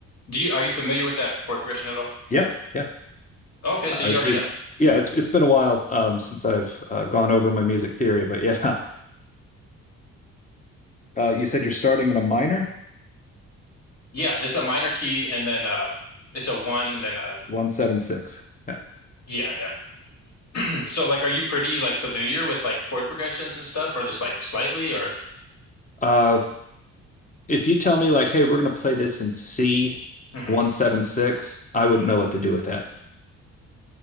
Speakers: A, on the left; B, on the left.
A: Do you are you familiar with that chord progression at all?
B: yeah, yeah.
A: Okay,
B: Uh,
A: so you already
B: it's
A: know.
B: yeah, it's it's been a while um, since I've uh, gone over my music theory, but yeah. <laughs> Uh, you said you're starting in a minor,
A: Yeah, it's a minor key and then uh it's a one and then uh
B: one seven six. Yeah.
A: yeah, yeah. <clears throat> So like are you pretty like familiar with like chord progressions and stuff or just like slightly or
B: Uh, if you tell me like, hey, we're gonna play this in C
A: Mhm.
B: one seven six, I wouldn't know what to do with that